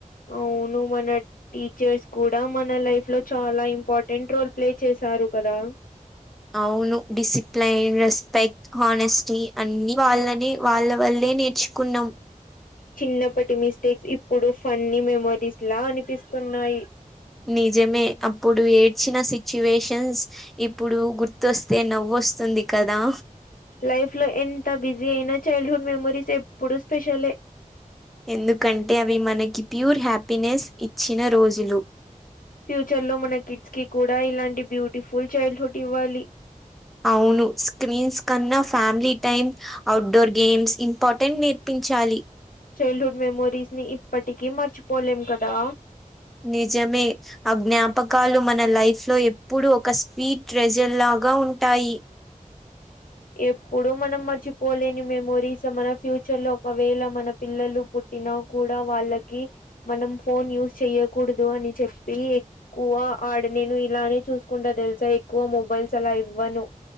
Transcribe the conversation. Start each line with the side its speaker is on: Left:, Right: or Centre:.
Left: అవును మన టీచర్స్ కూడా మన లైఫ్ లో చాలా ఇంపార్టెంట్ రోల్ ప్లే చేశారు కదా
Centre: అవును డిసిప్లైన్, రెస్పె హానెస్టీ అన్ని వాళ్ళనే వాళ్ళ వల్లే నేర్చుకున్నాం
Left: చిన్నప్పటి మిస్టేక్స్ ఇప్పుడు ఫన్నీ మెమరీస్ లా అనిపిస్తున్నాయి
Centre: నిజమే అప్పుడు ఏడ్చిన సిచ్యువేషన్స్ ఇప్పుడు గుర్తొస్తే నవ్వొస్తుంది కదా
Left: లైఫ్ లో ఎంత బిజీ అయినా చైల్డ్ హుడ్ మెమోరీస్ ఎప్పుడు స్పెషలే
Centre: ఎందుకంటే అవి మనకి ప్యూర్ హ్యాపీనెస్ ఇచ్చిన రోజులు
Left: ఫ్యూచర్ లో మన కిడ్స్ కి కూడా ఇలాంటి బ్యూటిఫుల్ చైల్డ్ హుడ్ ఇవ్వాలి
Centre: అవును స్క్రీన్స్ కన్నా family time outdoor games important నేర్పించాలి
Left: చైల్డ్ హుడ్ మెమోరీస్ ని ఇప్పటికీ మర్చిపోలేం కదా
Centre: నిజమే ఆ జ్ఞాపకాలు మన లైఫ్ లో ఎప్పుడు ఒక స్వీట్ రెజెల్ లాగా ఉంటాయి
Left: ఎప్పుడు మనం మర్చిపోలేని మెమోరీస్ మన ఫ్యూచర్ లో ఒకవేళ మన పిల్లలు పుట్టిన కూడా వాళ్ళకి మనం ఫోన్ యూజ్ చెయ్యకూడదు అని చెప్పి వా ఆడ నేను ఇలానే చూసుకుంటా తెలుసా ఎక్కువ మొబైల్స్ అలా ఇవ్వను